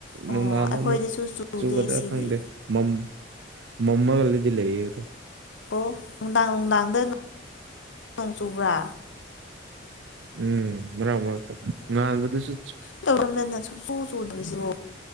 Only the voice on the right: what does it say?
ꯅꯨꯡꯗꯥꯡꯗ
ꯑꯃꯨꯛ
ꯆꯨꯒꯗ꯭ꯔꯥ
ꯈꯪꯗꯦ ꯃꯝ ꯃꯃꯜꯑꯗꯤ ꯂꯩꯌꯦꯗꯣ
ꯎꯝ ꯃꯔꯛ ꯃꯔꯛꯇ ꯉꯥꯟꯕꯗꯁꯨ